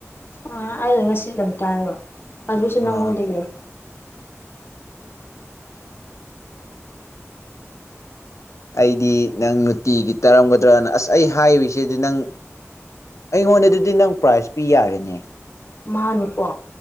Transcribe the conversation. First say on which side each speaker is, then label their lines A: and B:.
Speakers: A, on the left; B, on the left.
A: ꯑꯥ ꯑꯩꯩꯅ ꯉꯁꯤ ꯗꯪ ꯇꯥꯏꯕ ꯑꯗꯨꯁꯨ ꯅꯪꯉꯣꯟꯗꯒꯤ
B: ꯑꯥ ꯑꯩꯗꯤ ꯅꯪ ꯅꯨꯡꯇꯤꯒꯤ ꯇꯥꯔꯝꯒꯗ꯭ꯔꯅ ꯑꯁ ꯑꯩ ꯍꯥꯏꯔꯤꯁꯤꯗꯤ ꯅꯪ ꯑꯩꯉꯣꯟꯗ ꯑꯗꯨꯗꯤ ꯅꯪ ꯄ꯭ꯔꯥꯏꯖ ꯄꯤ ꯌꯥꯔꯦꯅꯦ
A: ꯃꯥꯅꯤꯀꯣ